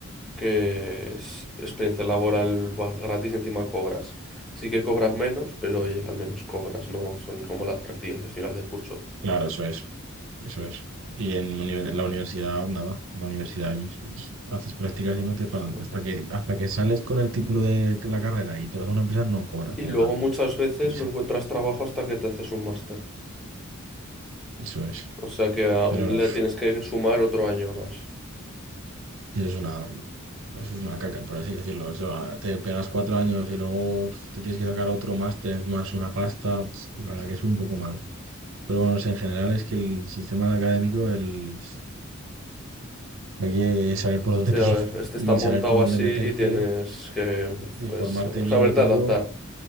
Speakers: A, in the centre; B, on the right (about 65°).
A: que es experiencia laboral va gratis, y encima cobras. Sí que cobras menos, pero oye, al menos cobras, no son como las prácticas de final de curso.
B: claro, eso es, eso es. Y en, uni- en la universidad, nada, en la universidad hay muchos- pues, haces prácticas y no te
A: Pues,
B: pagan.
A: lo-
B: Hasta que, hasta que sales con el título de la carrera y te vas a una empresa, no cobras
A: Y
B: como
A: luego
B: tal.
A: muchas veces
B: Y eso,
A: no encuentras trabajo hasta que te haces un máster.
B: eso es.
A: O sea que aún
B: Pero
A: le tienes que sumar otro año más.
B: Y eso es una, eso es una caca, por así decirlo. O sea, te pegas cuatro años y luego uf, te tienes que sacar otro máster más una pasta. La verdad que es un poco mal. Pero bueno, o sea, en general es que el sistema académico el, hay que saber por dónde
A: Sí,
B: <laughs> pillar
A: a ver, este
B: y
A: está montado
B: saber por dónde
A: así
B: meterte,
A: y tienes que,
B: informarte
A: pues,
B: bien
A: saberte
B: de todo.
A: adaptar.